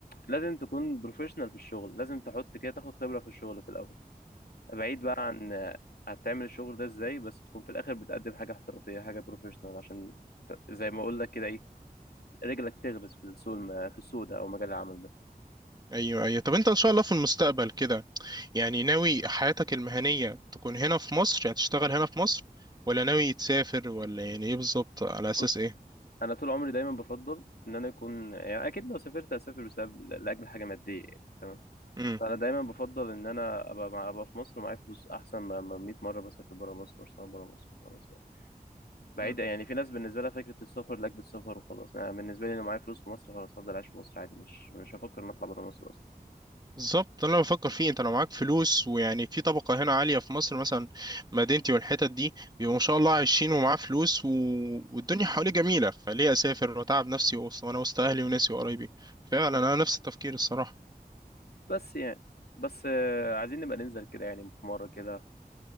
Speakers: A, on the left; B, on the right.
A: لازم تكون بروفيشنال في الشغل لازم تحط كده تاخد خبره في الشغل في الاول بعيد بقى عن هتعمل الشغل ده ازاي بس تكون في الاخر بتقدم حاجه احترافيه حاجه بروفيشنال عشان ت- زي ما اقول لك كده ايه رجلك تغرز في السوق الم... في السوق ده او مجال العمل ده
B: ايوه ايوه طب انت ان شاء الله في المستقبل كده يعني ناوي حياتك المهنية تكون هنا في مصر يعني تشتغل هنا في مصر ولا ناوي تسافر ولا يعني ايه بالظبط على اساس
A: بص
B: ايه
A: انا طول عمري دايما بفضل ان انا اكون يعني اكيد لو سافرت هسافر بسبب لاجل حاجه ماديه يعني تمام
B: امم
A: فانا دايما بفضل ان انا ابقى مع... ابقى في مصر ومعايا فلوس احسن ما ما 100 مره بسافر بره مصر واشتغل بره مصر وخلاص يعني بعيدة
B: أمم.
A: يعني في ناس بالنسبة لها فكرة السفر لأجل السفر وخلاص أنا بالنسبة لي لو معايا فلوس في مصر خلاص هفضل عايش في مصر عادي مش مش هفكر إن أطلع برا مصر أصلا
B: بالظبط ده اللي انا بفكر فيه انت لو معاك فلوس ويعني في طبقة هنا عالية في مصر مثلا مدينتي والحتت دي بيبقوا ما شاء
A: مم.
B: الله عايشين ومعاه فلوس و... والدنيا حواليه جميلة فليه اسافر واتعب نفسي وأص- وانا وسط اهلي وناسي وقرايبي فعلا انا نفس التفكير الصراحة
A: بس يعني بس آه، عايزين نبقى ننزل كده يعني في مرة كده